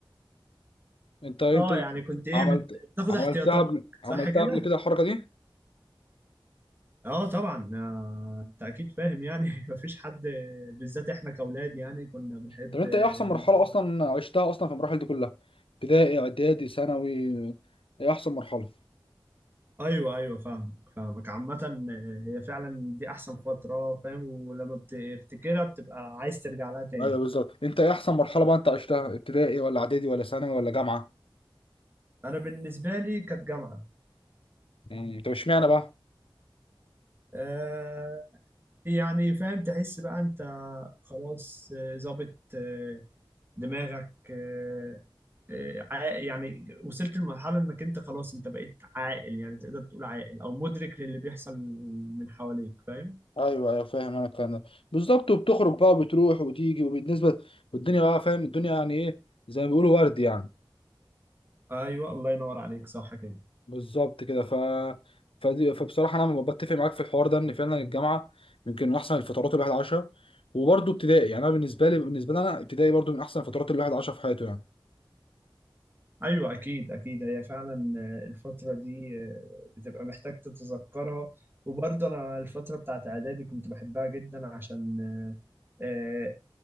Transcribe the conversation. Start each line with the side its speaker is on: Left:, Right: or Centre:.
Left: انت انت
Right: اه يعني كنت ايه
Left: عملت
Right: بت- بتاخد
Left: عملتها
Right: احتياطاتك
Left: قبل
Right: صح
Left: عملتها
Right: كده؟
Left: قبل كده الحركه دي
Right: اه طبعا آه، انت اكيد فاهم يعني <laughs> مفيش حد بالذات احنا كاولاد يعني كنا بنحب
Left: طب انت ايه احسن مرحله
Right: نزوغ
Left: اصلا عشتها اصلا في المراحل دي كلها ابتدائي اعدادي ثانوي ايه احسن مرحله
Right: ايوه ايوه فاهمك فاهمك عامة هي فعلا دي احسن فترة فاهم ولما بتفتكرها بتبقى عايز ترجع لها تاني
Left: ايوه بالظبط انت ايه احسن مرحله بقى انت عشتها ابتدائي ولا اعدادي ولا ثانوي ولا جامعه
Right: انا بالنسبة لي كانت جامعة
Left: مم، طب اشمعنى بقى
Right: آه، يعني فاهم تحس بقى انت خلاص آه، ظابط آه، دماغك آه، آه، عا- يعني وصلت لمرحلة انك انت خلاص انت بقيت عاقل يعني تقدر تقول عاقل او مدرك للي بيحصل من حواليك فاهم
Left: ايوه ايوه فاهم انا الكلام ده بالظبط وبتخرج بقى وبتروح وتيجي وبالنسبه والدنيا بقى فاهم الدنيا يعني ايه زي ما بيقولوا ورد يعني
Right: ايوه الله ينور عليك صح كده
Left: بالظبط كده ف فدي فبصراحه انا م- بتفق معاك في الحوار ده ان فعلا الجامعه يمكن من احسن الفترات الواحد عاشها وبرده ابتدائي يعني انا بالنسبه لي بالنسبه لي انا ابتدائي برده من احسن الفترات الواحد عاشها في حياته يعني
Right: ايوه اكيد اكيد هي فعلا آه، الفترة دي آه، بتبقى محتاج تتذكرها وبرضه انا الفترة بتاعت اعدادي كنت بحبها جدا عشان آه، آه،